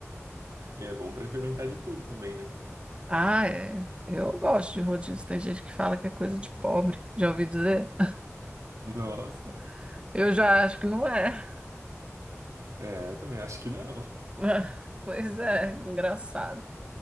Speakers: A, on the right; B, on the right.
A: E é bom para experimentar de tudo também, né?
B: Ah, é. Eu gosto de rodízio. Tem gente que fala que é coisa de pobre. Já ouvi dizer?
A: Nossa,
B: <laughs> Eu já acho que não é.
A: é, eu também acho que não.
B: <laughs> Ah, Pois é, engraçado.